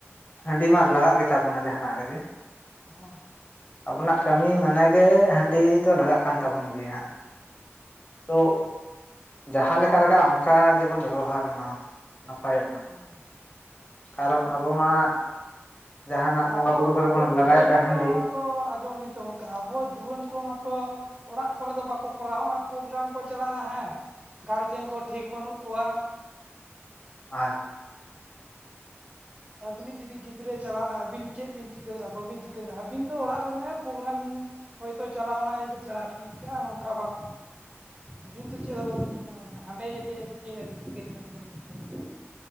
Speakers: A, on the left; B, on the right.
A: ᱦᱟᱺᱰᱤ ᱢᱟ ᱞᱟᱜᱟᱜ ᱜᱮᱛᱟᱵᱚᱱᱟ ᱡᱟᱦᱟᱱᱟᱜ ᱨᱮᱜᱮ
B: ᱦᱚᱸ
A: ᱟᱵᱚᱱᱟᱜ ᱠᱟᱹᱢᱤ ᱢᱟᱱᱮ ᱜᱮ ᱦᱟᱺᱰᱤ ᱫᱚ ᱞᱟᱜᱟᱜ ᱠᱟᱱ ᱛᱟᱵᱚᱱ ᱜᱮᱭᱟ ᱦᱟᱸᱜ ᱛᱚ ᱡᱟᱦᱟᱸ ᱞᱮᱠᱟ ᱞᱟᱜᱟᱜᱼᱟ ᱚᱱᱠᱟ ᱜᱮᱵᱚᱱ ᱵᱮᱵᱚᱦᱟᱨ ᱢᱟ ᱱᱟᱯᱟᱭᱚᱜᱼᱟ
B: ᱦᱚᱸ
A: ᱠᱟᱨᱚᱱ ᱟᱵᱚ ᱢᱟ ᱡᱟᱦᱟᱱᱟᱜ ᱵᱚᱸᱜᱟ
B: ᱟᱵᱚ
A: ᱵᱩᱨᱩ ᱠᱚᱨᱮ
B: ᱟᱵᱚ
A: ᱵᱚᱱ ᱞᱟᱜᱟᱣᱮᱫᱼᱟ
B: ᱡᱩᱣᱟᱹᱱ
A: ᱦᱟᱺᱰᱤ
B: ᱠᱚ ᱢᱟᱛᱚ ᱟᱸᱡᱚᱢ ᱵᱤᱱ ᱛᱟᱵᱚᱱ ᱠᱮ ᱟᱵᱚ ᱡᱩᱣᱟᱹᱱ ᱠᱚ ᱢᱟᱛᱚ ᱚᱲᱟᱜ ᱠᱚᱨᱮ ᱫᱚ ᱵᱟᱠᱚ ᱠᱚᱨᱟᱣᱚᱜᱼᱟ ᱯᱨᱳᱜᱨᱟᱢ ᱠᱚ ᱪᱟᱞᱟᱜᱼᱟ ᱦᱮᱸ ᱜᱟᱨᱡᱮᱱ ᱠᱚ ᱴᱷᱤᱠ ᱵᱟᱹᱱᱩᱜ ᱠᱚᱣᱟ
A: ᱟᱨ
B: ᱟᱹᱵᱤᱱᱤᱡ ᱡᱩᱫᱤ ᱜᱤᱫᱽᱨᱟᱹ ᱪᱟᱞᱟᱣᱮᱱᱟ ᱟᱹᱵᱤᱱ ᱪᱮᱫ ᱵᱤᱱ ᱪᱤᱠᱟᱹ ᱫᱟᱲᱮᱼᱟ ᱵᱟᱹᱵᱤᱱ ᱪᱤᱠᱟᱹ ᱫᱟᱲᱮᱭᱟᱜᱼᱟ ᱟᱹᱵᱤᱱ ᱫᱚ ᱚᱲᱟᱜ ᱨᱮᱮ ᱯᱨᱳᱜᱨᱟᱢ ᱦᱚᱭᱛᱳ ᱪᱟᱞᱟᱣᱱᱟᱭ ᱡᱮ ᱯᱮᱲᱟ ᱴᱷᱮᱱᱤᱡ ᱜᱮ ᱱᱚᱝᱠᱟ ᱵᱷᱟᱵᱽ ᱟᱹᱵᱤᱱ ᱛᱚ ᱪᱮᱫ ᱦᱚᱸ ᱵᱟᱹᱵᱤᱱ ᱧᱧᱟᱢᱮᱫ ᱠᱟᱱᱟ ᱦᱟᱸᱰᱮ ᱡ ᱪᱮᱫ ᱪᱤᱠᱟᱹᱵᱤᱱ ᱪᱤᱠᱟᱹ ᱛᱮᱵᱤᱱ ᱵᱩᱡᱷᱟᱹᱣᱟ <inaudible>